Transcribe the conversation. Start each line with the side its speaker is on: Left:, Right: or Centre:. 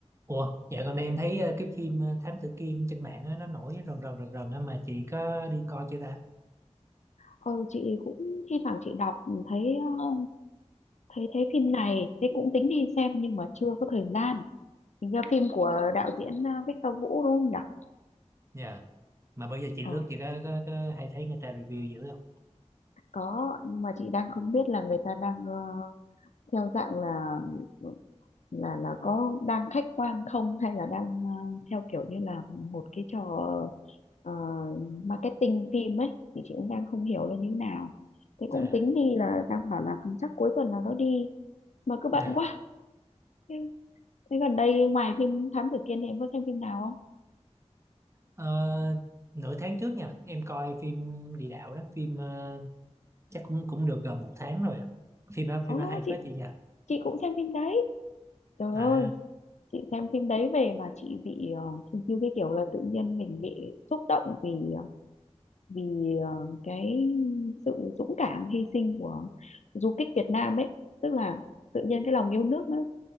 Right: Ủa, dạ gần đây em thấy ờ, cái phim ờ, Thám Tử Kiên trên mạng á, nó nổi rần rần rần rần á, mà chị có đi coi chưa ta?
Left: ờ chị cũng thi thoảng chị đọc ừ, thấy ờ, thấy thấy phim này thế cũng tính đi xem nhưng mà chưa có thời gian hình ra phim của đạo diễn ờ, Victor Vũ đúng không nhỉ
Right: Dạ. Mà bây giờ chị
Left: ờ
Right: lướt chị có, có, có hay thấy người ta review dữ không?
Left: có nhưng mà chị đang không biết là người ta đang ờ, theo dạng là là là có đang khách quan không hay là đang ờ, theo kiểu như là một cái trò ờ, marketing phim ấy thì chị cũng đang không hiểu là như thế nào thế cũng
Right: À,
Left: tính đi là đang bảo là chắc cuối tuần nào đó đi mà cứ bận
Right: dạ.
Left: quá Thế Thế gần đây ngoài phim Thám Tử Kiên thì em có xem phim nào không?
Right: Ờ, nửa tháng trước nha, em coi phim Địa Đạo đó, phim ờ, chắc cũng cũng được gần một tháng rồi á. Phim đó
Left: Ồ,
Right: phim đó hay
Left: chị
Right: phết chị nha.
Left: chị cũng xem phim đấy. Trời
Right: À,
Left: ơi, chị xem phim đấy về mà chị bị ờ, thì như cái kiểu là tự nhiên mình bị xúc động vì ờ, vì ờ, cái sự dũng cảm hy sinh của du kích Việt Nam ấy, tức là tự nhiên cái lòng yêu nước nó